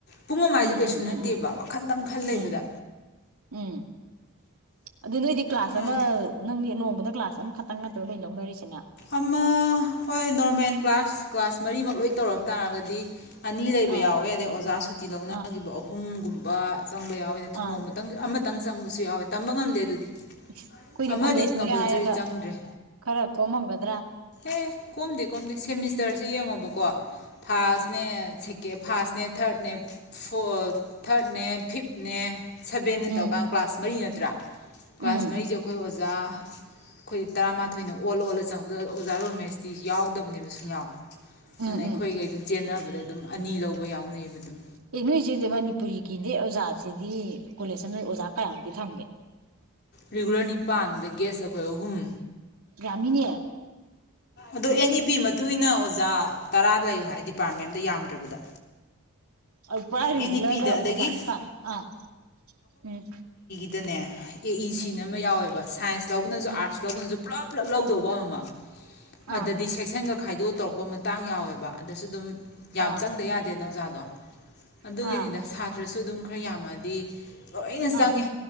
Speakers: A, on the left; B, on the right.
A: ꯄꯨꯡ ꯑꯃ ꯍꯥꯏꯁꯦ
B: ꯎꯝ
A: ꯀꯩꯁꯨ
B: ꯎꯝ ꯎꯝ
A: ꯅꯠꯇꯦꯕ
B: ꯎꯝ
A: ꯋꯥꯈꯟꯗꯪ ꯈꯜ
B: ꯎꯝ
A: ꯂꯩꯕꯗ
B: ꯎꯝ <inaudible> ꯑꯗꯨ ꯅꯣꯏꯗꯤ ꯀ꯭ꯂꯥꯁ
A: ꯌꯥꯗꯦ
B: ꯑꯃ ꯅꯪꯗꯤ ꯅꯣꯡꯃ ꯑꯗ ꯀ꯭ꯂꯥꯁ ꯑꯃꯈꯛꯇꯪ ꯅꯠꯇꯔꯣ ꯅꯣꯏ ꯂꯧꯅꯔꯤꯁꯤꯅ꯫
A: ꯑꯃ ꯍꯣꯏ ꯅꯣꯔꯃꯦꯜ ꯀ꯭ꯂꯥꯁ ꯀ꯭ꯂꯥꯁ ꯃꯔꯤꯃꯛ ꯂꯣꯏ ꯇꯧꯔꯛ ꯇꯥꯔꯒꯗꯤ ꯑꯅꯤ ꯂꯩꯕ
B: ꯑꯥ
A: ꯌꯥꯎꯋꯦ ꯑꯗꯩ ꯑꯣꯖꯥ ꯁꯨꯇꯤ ꯂꯧꯅꯈꯤꯕ
B: ꯑꯥ
A: ꯑꯍꯨꯝꯒꯨꯝꯕ ꯆꯪꯕ ꯌꯥꯎꯋꯦ ꯅꯠꯇ꯭ꯔ
B: ꯑꯥ
A: ꯅꯣꯡꯃꯇꯪ ꯑꯃꯇꯪ ꯆꯪꯕꯁꯨ ꯌꯥꯎꯋꯦ꯫ ꯇꯝꯕ ꯉꯝꯗꯦ ꯑꯗꯨꯗꯤ
B: ꯑꯩꯈꯣꯢꯗꯤ
A: ꯑꯃꯗꯤ
B: ꯀꯣꯂꯦꯖꯅꯤꯒ
A: ꯀꯝꯄꯜꯁꯔꯤ
B: ꯍꯥꯏꯔꯒ
A: ꯆꯪꯗ꯭ꯔꯦ
B: ꯈꯔ ꯀꯣꯝꯃꯝꯒꯗ
A: ꯑꯦ ꯀꯣꯝꯗꯦ ꯀꯣꯝꯗꯦ ꯁꯦꯃꯤꯁꯇꯔꯁꯦ ꯌꯦꯡꯉꯣꯕꯀꯣ ꯐꯥꯔꯁꯅꯦ
B: ꯑꯥ
A: ꯐꯥꯔꯁꯅꯦ ꯊꯥꯔꯠꯅꯦ ꯐ ꯊꯥꯔꯠꯅꯦ ꯐꯤꯞꯅꯦ ꯁꯕꯦꯟꯅꯦ
B: ꯎꯝ
A: ꯇꯧꯔꯀꯥꯟ ꯀ꯭ꯂꯥꯁ ꯃꯔꯤ ꯅ ꯇ꯭ꯔꯥ ꯀ꯭ꯂꯥꯁ
B: ꯎꯝ
A: ꯃꯔꯤꯁꯦ ꯑꯩꯈꯣꯏ ꯑꯣꯖꯥ ꯑꯩꯈꯣꯏ ꯇꯔꯥꯃꯥꯊ ꯊꯣꯏꯅ ꯑꯣꯜꯂ ꯑꯣꯜꯂ ꯆꯪꯕꯗ ꯑꯣꯖꯥ ꯔꯣꯃꯦꯁꯇꯤ ꯌꯥꯎꯗꯕꯅꯦꯕ ꯁꯨꯡꯌꯥꯎ
B: ꯎꯝ
A: ꯑꯗꯨꯅ ꯑꯩꯈꯣꯏꯒꯩ
B: ꯎꯝ
A: ꯑꯗꯨꯝ ꯆꯦꯟꯅꯕꯗ ꯑꯗꯨꯝ ꯑꯅꯤ ꯂꯧꯕ ꯌꯥꯎꯅꯩꯑꯦꯕ ꯑꯗꯨꯝ
B: ꯑꯦ ꯅꯣꯏꯁꯤꯗꯤ ꯃꯅꯤꯄꯨꯔꯤꯒꯤꯅꯦ ꯑꯣꯖꯥꯁꯤꯗꯤ ꯀꯣꯂꯦꯖꯇ ꯅꯣꯏ ꯑꯣꯖꯥ ꯀꯌꯥꯃꯨꯛꯇꯤ ꯊꯝꯒꯦ
A: ꯔꯤꯒꯨꯂꯔ ꯅꯤꯄꯥꯜ ꯑꯗꯩ ꯒꯦꯁ ꯑꯩꯈꯣꯏ ꯑꯍꯨꯝ
B: ꯭ꯌꯥꯝꯃꯤꯅꯦ
A: ꯑꯗꯣ ꯑꯦꯟ ꯏ ꯄꯤ ꯃꯇꯨꯡ ꯏꯟꯅ ꯑꯣꯖꯥ ꯇꯔꯥ ꯂꯩꯌꯨ ꯍꯥꯏ ꯗꯤꯄꯥꯔꯠꯃꯦꯟ ꯑꯃꯗ ꯌꯥꯝꯗ꯭ꯔꯕꯗ
B: ꯑꯗꯨ ꯄꯨꯔ
A: ꯑꯦꯟ
B: ꯔꯤꯒꯨꯂꯔꯗ
A: ꯏ ꯄꯤꯗ ꯑꯗꯒꯤ
B: ꯑꯣꯖꯥ ꯅꯤꯇꯪ ꯑꯥ ꯎꯝ
A: ꯑꯗꯨꯅꯦ ꯑꯦ ꯏ ꯁꯤꯅ
B: ꯎꯝ
A: ꯑꯃ ꯌꯥꯎꯋꯦꯕ ꯁꯥꯏꯟꯁ ꯂꯧꯕꯅꯁꯨ
B: ꯎꯝ
A: ꯑꯥꯔꯠꯁ ꯂꯧꯕꯅꯁꯨ ꯄꯨꯂꯞ ꯄꯨꯂꯞ ꯂꯧꯗꯧꯕ ꯑꯃꯃ
B: ꯑꯥ
A: ꯑꯗꯗꯤ ꯁꯦꯛꯁꯟꯒ ꯈꯥꯏꯗꯣ ꯇꯧꯔꯛꯄ ꯃꯇꯥꯡ ꯌꯥꯎꯋꯦꯕ ꯑꯗꯁꯨ ꯑꯗꯨꯝ ꯌꯥꯝ
B: ꯑꯥ
A: ꯆꯪꯗ ꯌꯥꯗꯦꯅ ꯑꯣꯖꯥꯗꯣ ꯑꯗꯨꯒꯤꯅꯤꯗ
B: ꯑꯥ
A: ꯁꯥꯇ꯭ꯔꯁꯨ ꯑꯗꯨꯝ ꯈꯔ ꯌꯥꯝꯃ ꯗꯤ ꯂꯣꯏꯅ
B: ꯑꯥ
A: ꯆꯪꯉꯦ